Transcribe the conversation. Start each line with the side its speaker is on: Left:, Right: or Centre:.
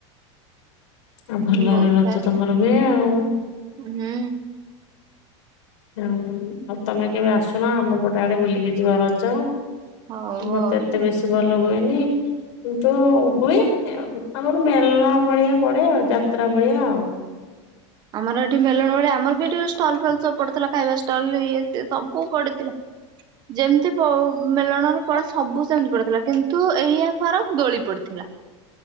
Left: ଆଉ ଭଲରେ
Right: ବହୁତ
Left: ରଜ
Right: ଥାଏ
Left: ତମର ହୁଏ ଆଉ।
Right: ହୁଁ।
Left: ହ ଆଉ ତମେ କେବେ ଆସୁନ ଆମ ପଟ ଆଡେ ବୁଲିକି ଯିବ ରଜ।
Right: ହଉ
Left: ମତେ
Right: ଆଉ।
Left: ଏତେ ବେଶୀ ଭଲ ହୁଏନି। କିନ୍ତୁ ହୁଏ ଆମର ମେଲ ଭଳିଆ ପଡେ ଆଉ ଯାତ୍ରା ଭଳିଆ ଆଉ।
Right: ଆମର ଏଠି ମେଲଣ ଭଳିଆ ଆମର ବି ଏଇଠି ଷ୍ଟଲ ଫଲ ସବୁ ପଡିଥିଲା ଖାଇବା ଷ୍ଟଲ ଇଏ ସିଏ ସବୁ ପଡିଥିଲା। ଯେମିତି ପୋ ମେଳଣର ପଡେ ସବୁ ସେମିତି ପଡିଥିଲା କିନ୍ତୁ ଏଇଆ ଫରକ ଦୋଳି ପଡିଥିଲା।